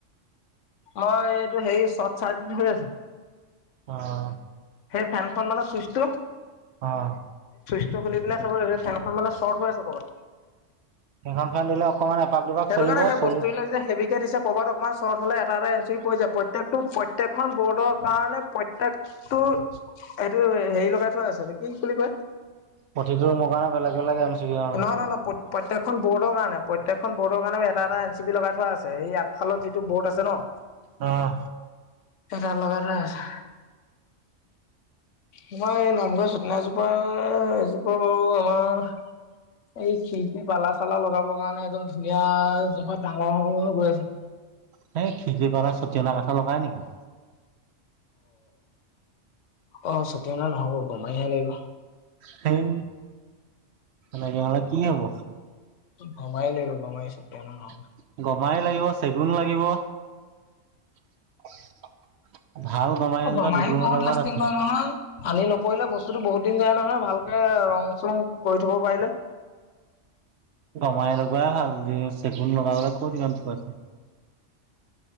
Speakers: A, on the left; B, on the right.
A: মই এইটো হেৰি চৰ্ট চাৰ্কিট হৈ আছে।
B: অ'।
A: সেই ফেনখন মানে চুইছটো
B: অ'।
A: <unintelligible> খুলিপেলাই চাব ফেন খন মানে চৰ্ট হৈ আছে কৰ'বাত।
B: সেইখন ফেন দিলে অকমান এপাক দুপাক
A: সেইটো
B: চলিব
A: কাৰণে সেই
B: চলি
A: বস্তুবিলাক যে হেবিকে দিছে কৰবাত অকমান শ্বৰ্ট হলে তাতে <inaudible> প্ৰত্যেক বৰ্ডৰ কাৰণে প্ৰত্যেকটো এইটো হেৰি লগাই থোৱা আছে কি বুলি কয়
B: প্ৰতিটো ৰুমৰ কাৰণে বেলেগ বেলেগ এম চি বি অ
A: নহয়-নহয় প্ৰত্যেক এখন বৰ্ডৰ কাৰণে প্ৰত্যেকখন বৰ্ডৰ কাৰণে এটা এটা এম চি বি লগাই থোৱা আছে সেই আগফালত যিটো বৰ্ড আছে ন
B: উম।
A: <unintelligible> লগায় থোৱা আছে। আমাৰ এই নামঘৰ <unintelligible> এজোপা, এজোপা বাৰু আমাৰ এই খিৰিকীৰ পালা চালা লগাবৰ কাৰণে একদম ধুনীয়া জোখত ডাঙৰ হৈ হৈ গৈ আছে।
B: সেই খিৰিকী <unintelligible> লগাই নেকি।
A: অ', অ' <unintelligible> নহ'ব গমাইহে লাগিব।
B: সেই মানে <unintelligible> কি হব।
A: গমাই লবি গমাই <unintelligible> নহয়।
B: <unintelligible> লাগিব চেগুন লাগিব। <unintelligible> গমাৰি
A: <unintelligible>
B: এজোপা দুদুহঁতৰ
A: বহুত লাষ্টিং
B: ঘৰত আছে।
A: কৰে নহয়। পানী নপৰিলে বস্তুটো বহুত দিন যায় নহয় ভালকে ৰং চং কৰি থব পাৰিলে।
B: গমাই লগোৱাই ভাল <unintelligible> চেগুন লগাব ক'ত ইমান পইচা।